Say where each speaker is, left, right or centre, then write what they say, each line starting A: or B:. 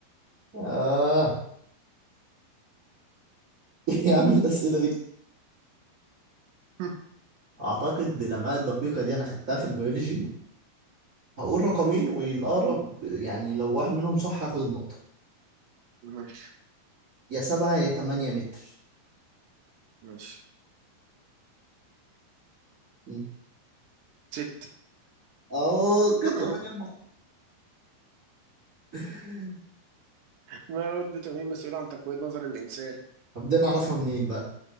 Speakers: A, on the right; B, on the right.
A: آه <laughs> يا عم الأسئلة دي
B: <laughs>
A: أعتقد بالأمعاء الدقيقة دي أنا خدتها في البيولوجي هقول رقمين والأقرب يعني لو واحد منهم صح هاخد النقطة
B: ماشي
A: يا سبعة يا تمانية متر
B: ماشي
A: م.
B: ست
A: أه كنت
B: <laughs>
A: قريب <laughs>
B: ما هو الفيتامين مسؤول عن تقوية نظر الإنسان
A: طب دي أنا أعرفها منين بقى؟